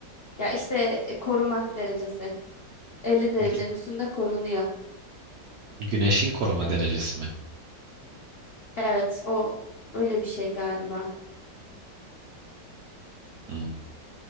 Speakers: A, on the left; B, on the right.
A: ya işte e, koruma derecesi. 50 derecenin
B: Gü-
A: üstünde korunuyor.
B: güneşin koruma derecesi mi?
A: Evet, o öyle bir şey galiba.
B: Hmm.